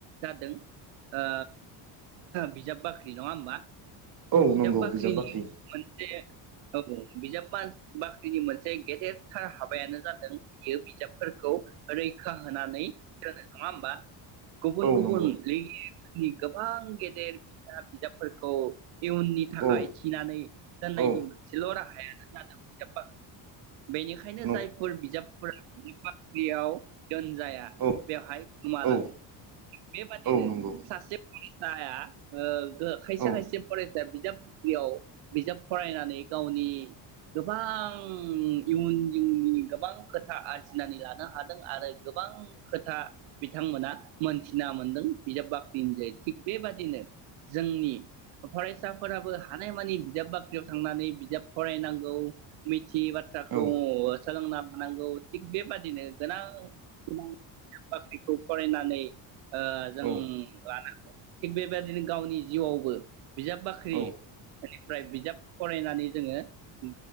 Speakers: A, on the right (about 80°); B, on the right (about 50°).
A: जादों ओ बिजाब बाख्रि नङा होमबा
B: औ नंगौ
A: बाख्रिनि
B: बिजाब बाख्रि
A: मोनसे औ बिजाब बा-बाख्रिनि मोनसे गेदेरथार हाबायानो जादों बियो बिजाबफोरखौ रैखा होनानै दोनों नङाहोनबा गुबुन
B: औ
A: गुबन
B: नंगौ
A: लिरगि नि गोबां गेदेर फिसा बिजाबफोरखौ इयुननि थाखाय
B: औ
A: थिनानै दोननायनि
B: औ
A: मोनसेल राहायानो जादों हिजाब बाख्रि बेनिखायनो
B: नं
A: जायफोर बिजाबफोरा बाख्रियाव दोनजाया
B: औ
A: बेवहाय गोमालाङो
B: औ
A: बेबादिनो
B: औ नंगौ
A: सासे फरा साया ओ गो खायसे
B: औ
A: खायसे फरायसाया बिजाब बाख्रियाव बिजाब फरायनानै गावनि गोबां इयुन जिउनि गोबां खोथा आरजिनानै लानो हादों आरो गोबां खोथा बिथांमोना मोनथिना मोनदों बिजाब बाख्रिनि जहै थिग बेबादिनो जोंनि फरायसाफोराबो हानायमानि बिजाब बाख्रियाव थांनानै बिजाब फरायनांगौ मिथियै बाथ्राखौ
B: औ
A: सोलोंना लानांगौ थिग बेबादिनो गोनां बाख्रिखौ फरायनानै ओ जों
B: औ
A: लानांगौ थिग बेबायदिनो गावनि जिउआवबो बिजाब बाख्रि
B: औ
A: बेनिफ्राय बिजाब फरायनानै जोङो उम